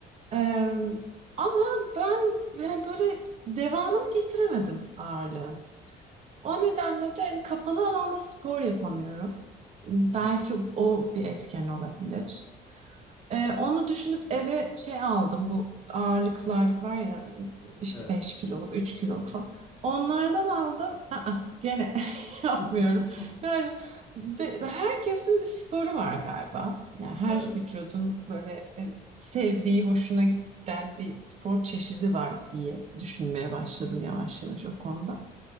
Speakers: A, on the right (about 40°); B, on the left (about 20°).
A: Ee, ama ben yani böyle devamını getiremedim ağırlığın. O nedenle de hani kapalı alanda spor yapamıyorum. Belki
B: Hmm.
A: o bir etken olabilir. Ee, onu düşünüp eve şey aldım. Bu ağırlıklar var ya işte
B: Evet.
A: 5 kiloluk, 3 kiloluk
B: Hı hı.
A: falan. Onlardan aldım. Aa, gene <laughs> yapmıyorum.
B: <laughs>
A: Yani be- herkesin bir sporu var galiba. Yani her
B: Evet.
A: vücudun böyle e, sevdiği, hoşuna giden bir spor çeşidi var diye düşünmeye başladım yavaş yavaş o konuda.